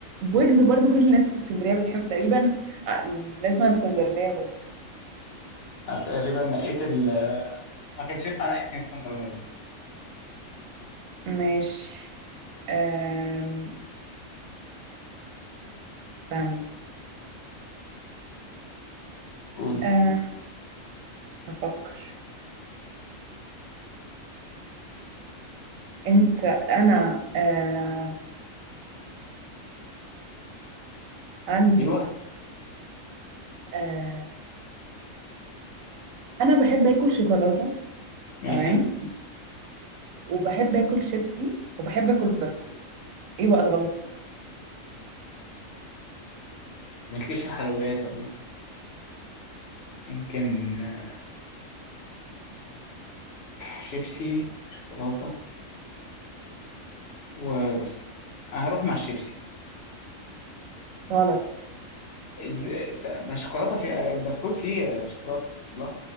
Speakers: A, on the right; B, on the left.
A: ويجز برضو كل الناس في اسكندريه بتحبه تقريبا ع- بنسمع اسكندرانيه بس
B: أنا تقريبا نقيت ال ما كانش ينفع نقيت من اسكندرانية برضه.
A: ماشي أم، استنى
B: قولي
A: أه، افكر انت انا أه، عندي
B: ايوه
A: آه، انا بحب اكل شوكولاته
B: ماشي
A: تمام
B: انت
A: وبحب اكل شيبسي وبحب اكل بسكوت ايه بقى الغلط فيه
B: مالكيش في حلويات الله ممكن آه، شيبسي شوكولاتة وبسكوت أنا هروح مع الشيبسي
A: غلط
B: إز... ت- ما الشوكولاتة فيها البسكوت فيه شوكولاتة الله